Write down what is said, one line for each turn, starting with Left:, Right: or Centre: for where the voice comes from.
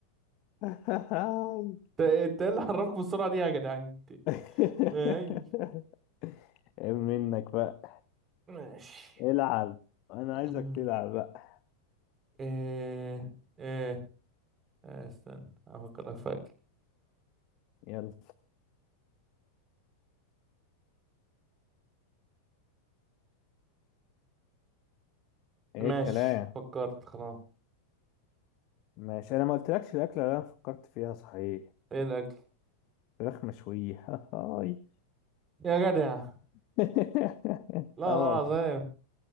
Left: <laughs>
Right: انت ايه اللي حركك بالسرعه دي يا جدعان انت
Left: <laughs>
Right: اي
Left: ايه منك بقى
Right: ماشي
Left: العب انا عايزك
Right: مم.
Left: تلعب بقى
Right: ايه ايه آه، استنى افكرك في اكل
Left: يلا
Right: ماشي
Left: ايه الكلام
Right: فكرت خلاص
Left: ماشي انا ما قلتلكش الاكله اللي انا فكرت فيها صحيح
Right: ايه الاكل
Left: فراخ مشويه <laughs> هاي
Right: يا جدع
Left: <laughs>
Right: لا
Left: اه
Right: لا
Left: والله
Right: العظيم